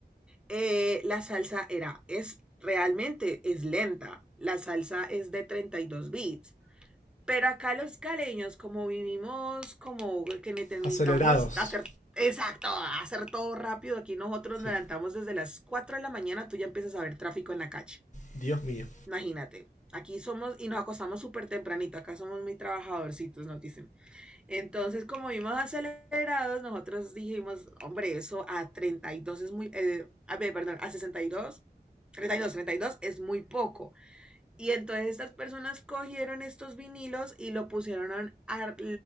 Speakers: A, in the centre; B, on the left.
A: eh, la salsa era, es realmente es lenta, la salsa es de 32 bits. Pero acá los caleños, como vivimos, como que necesitamos
B: Acelerados.
A: hacer Exacto, hacer todo rápido. Aquí nosotros nos
B: Sí.
A: levantamos desde las 4 de la mañana, tú ya empiezas a ver tráfico en la calle.
B: Dios mío.
A: Imagínate, aquí somos y nos acostamos súper tempranito, acá somos muy trabajadorcitos, nos dicen. Entonces, como vimos acelerados, nosotros dijimos, hombre, eso a 32 es muy, eh, a ver, perdón, a sesenta y y dos dos treinta y dos, treinta y dos es muy poco. Y entonces estas personas cogieron estos vinilos y lo pusieron, en- a-